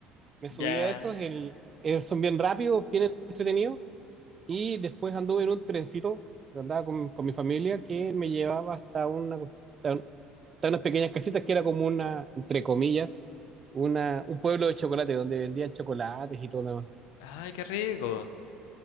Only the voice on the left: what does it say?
Ya.
Ay, qué rico.